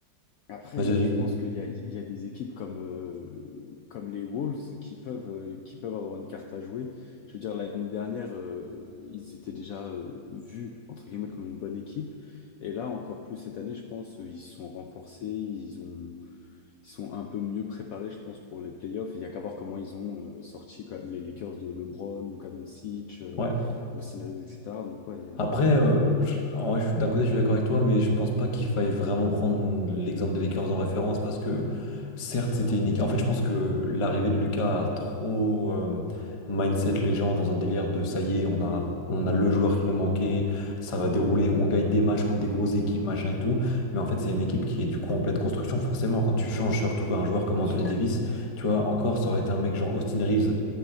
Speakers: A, on the left (about 85°); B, on the left (about 35°).
A: après,
B: Vas-y,
A: euh,
B: vas-y.
A: je pense qu'il y a, il y a des équipes comme, euh, comme les Wolves qui peuvent, euh, qui peuvent avoir une carte à jouer. Je veux dire, l'année dernière, euh, ils étaient déjà euh, vus, entre guillemets, comme une bonne équipe. Et là, encore plus cette année, je pense, euh, ils se sont renforcés, ils ont, ils sont un peu mieux préparés, je pense, pour les playoffs. Il y a qu'à voir comment ils ont euh, sorti quand même les Lakers de LeBron, Luka Doncic, euh,
B: Ouais.
A: Austin Reeves, etc. Donc, ouais, il y a...
B: Après, euh, je- en vrai, je- d'un côté, je suis d'accord avec toi, mais je pense pas qu'il faille vraiment prendre l'exemple des Lakers en référence parce que, certes, c'était une équipe. En fait, je pense que l'arrivée de Lucas a trop euh, mindset les gens dans un délire de ça y est,
A: Mhm,
B: on a, on a le joueur qui nous manquait, ça va dérouler,
A: mhm.
B: on gagne des matchs contre des grosses équipes, machin et tout. Mais en fait, c'est une équipe qui est du coup en pleine construction, forcément. Quand tu changes surtout un joueur comme
A: Bien
B: Anthony
A: sûr,
B: Davis, tu vois, encore, ça aurait été un mec genre Austin Reeves.